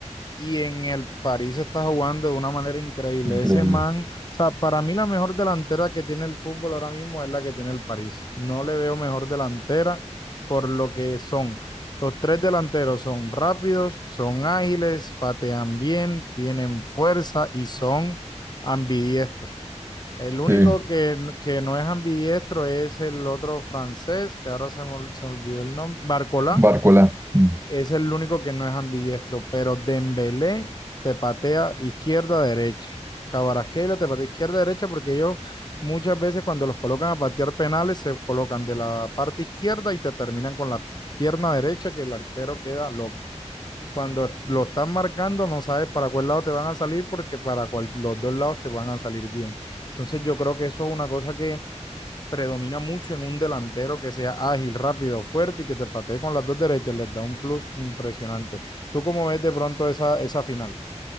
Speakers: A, on the left (about 35°); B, on the right (about 20°).
A: y en el París está jugando de una manera increíble.
B: increíble.
A: Ese man, o sea, para mí la mejor delantera que tiene el fútbol ahora mismo es la que tiene el París. No le veo mejor delantera por lo que son. Los tres delanteros son rápidos, son ágiles, patean bien, tienen fuerza y son ambidiestros. El único
B: Sí,
A: que, que no es ambidiestro es el otro francés, que ahora se me, ol- se me olvidó el nombre, Barcola
B: Barcola. mm.
A: es el único que no es ambidiestro, pero Dembélé te patea izquierda, derecha. Cabarasqueira te patea izquierda, derecha, porque ellos muchas veces cuando los colocan a patear penales se colocan de la parte izquierda y te terminan con la pierna derecha que el arquero queda loco. Cuando lo están marcando no sabes para cuál lado te van a salir porque para cual- los dos lados te van a salir bien. Entonces yo creo que eso es una cosa que predomina mucho en un delantero que sea ágil, rápido, fuerte y que te patee con las dos derechas, les da un plus impresionante. ¿Tú cómo ves de pronto esa, esa final?